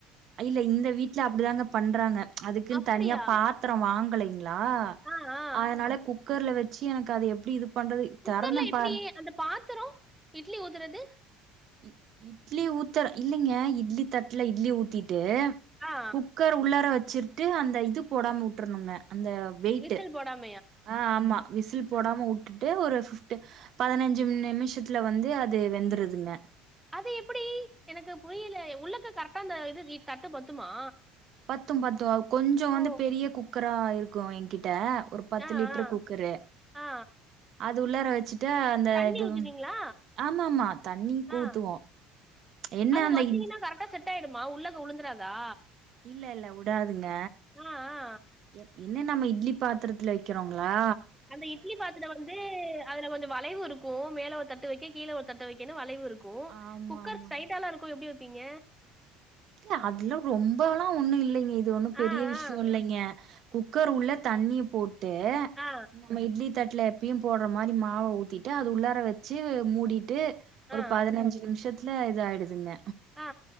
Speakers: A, on the right; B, in the centre.
A: இல்ல இந்த வீட்ல அப்டிதாங்க பண்றாங்க அதுக்குன்
B: அப்டியா
A: தனியா பாத்தரோ வாங்கலைங்ளா
B: ஆ ஆ
A: அதனால குக்கர்ல வச்சி எனக் அது எப்டி இது பண்றது
B: குக்கர்ல
A: தெறந்த
B: எப்டி
A: பாரு
B: அந்த பாத்தரோ இட்லி ஊத்தறது
A: இ இட்லி ஊத்தற இல்லீங்க இட்லி தட்டுல இட்லி ஊத்தீட்டு
B: ஆ
A: குக்கர் உள்ளாற வச்சிட்டு அந்த இது போடாம உட்ரணுங்க அந்த வெயிட்டு
B: விசில் போடாம
A: ஆ ஆமா விசில் போடாம உட் டுட்டு ஒரு ஃபிஃப்ட்டு பதனஞ்சு நிமிஷத்துல வந்து அது வெந்துருதுங்க
B: அது எப்பிடி எனக்கு புரியில உள்ளக்கு கரெக்ட்டா அந்த இது ரி தட்டு பத்துமா
A: பத்தும் பத்தும் அ கொஞ்சோ வந்து
B: ஓ
A: பெரிய குக்கரா இருக்கு எங்கிட்ட ஒரு பத்து
B: ஆ
A: லிட்ரு
B: ஆ
A: குக்கரு
B: ஆ
A: அது உள்ளாற வச்சிட்டு அந்த
B: தண்ணி
A: இது
B: ஊத்துவீங்களா
A: ஆமா ஆமா தண்ணீ
B: ஆ
A: ஊத்துவோ என்ன
B: அது
A: அந்த
B: வச்சீங்கன்னா
A: இட்
B: கரெக்ட்டா செட்டாய்டுமா உள்ளக்க உழுந்துராதா
A: இல்ல இல்ல உடாதுங்க
B: ஆ ஆ
A: எ என்ன நம்ம இட்லி பாத்தரத்துல வெக்கறோங்ளா
B: அந்த இட்லி பாத்தரோ வந்து அதுல கொஞ்ச வளைவுருக்கு மேல ஒரு தட்டு வைக்க கீழ ஒரு தட்டு வைக்கன்னு வளைவுருக் கு
A: ஆமா
B: குக்கர்
A: ஆமாங்க
B: ஸ்டைட்டால்ல இருக்கு எப்டி வெப்பீங்க
A: இல்ல அதுல ரொம்போல்லா ஒன்னு இல்லைங்க இது ஒன்னு பெரிய
B: ஆ
A: விஷ்யோ
B: ஆ
A: இல்லைங்க குக்கர் உள்ள தண்ணி போட்டு
B: ஆ
A: நம்ம இட்லி தட்ல எப்பையு போட்ற மாரி மாவ ஊத்தீட்டு அது உள்ளார வச்சி மூடிட்டு ஒரு
B: ஆ
A: பதனஞ்சு நிம்ஷத் துல அது ஆய்டுதுங்க
B: ஆ